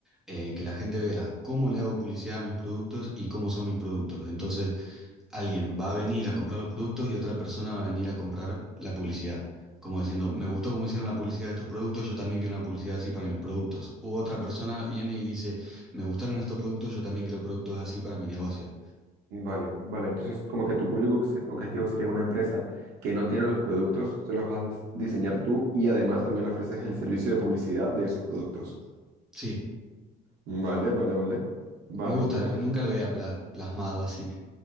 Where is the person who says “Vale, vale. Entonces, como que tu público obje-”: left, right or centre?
Right